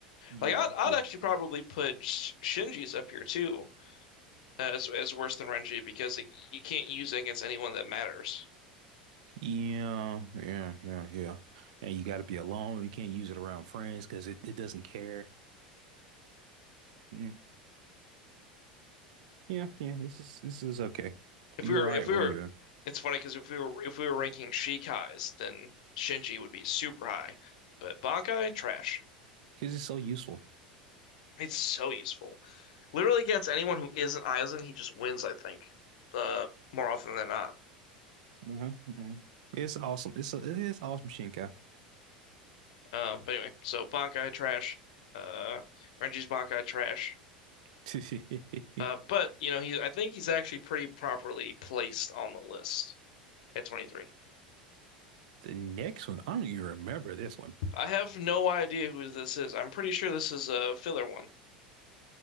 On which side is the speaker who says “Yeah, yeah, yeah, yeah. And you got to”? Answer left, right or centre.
Right